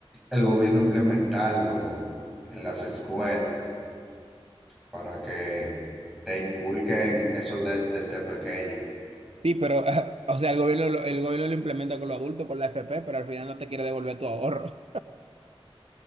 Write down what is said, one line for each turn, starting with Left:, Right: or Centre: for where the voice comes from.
Centre: el gobierno implementarlo en las escuelas para que le inculquen eso de- desde pequeño.
Right: Sí, pero, <laughs> o sea, el gobierno, lo- el gobierno lo implementa con los adultos, con la FP, pero al final no te quiere devolver tu ahorro.